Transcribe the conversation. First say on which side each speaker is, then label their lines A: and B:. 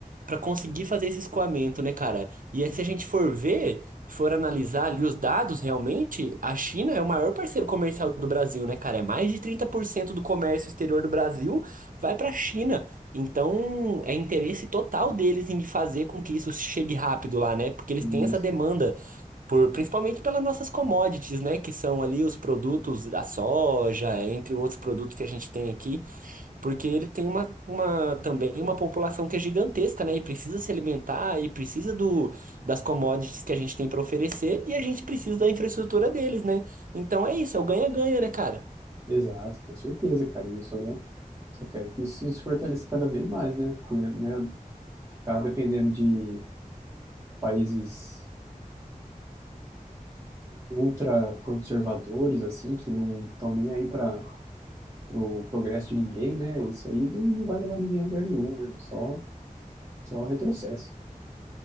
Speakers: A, on the right (about 70°); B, on the right (about 20°).
A: para conseguir fazer esse escoamento, né, cara? E aí, se a gente for ver, for analisar ali os dados realmente, a China é o maior parceiro comercial do Brasil, né, cara? É mais de 30% do comércio exterior do Brasil vai para a China. Então, é interesse total deles em fazer com que isso chegue rápido lá, né? Porque eles
B: e
A: têm essa demanda. Por, principalmente pelas nossas commodities, né? Que são ali os produtos da soja, entre outros produtos que a gente tem aqui. Porque ele tem uma, uma também uma população que é gigantesca, né? E precisa se alimentar, e precisa do, das commodities que a gente tem para oferecer, e a gente precisa da infraestrutura deles, né? Então é isso, é o ganha-ganha, né, cara?
B: Exato, com certeza, cara. E eu só, só quero que isso se fortaleça cada vez mais, né? Porque, né, ficar dependendo de países ultraconservadores, assim, que não estão nem aí para o progresso de ninguém, né? Isso aí não, não vai levar ninguém a lugar nenhum, né? Só, só retrocesso.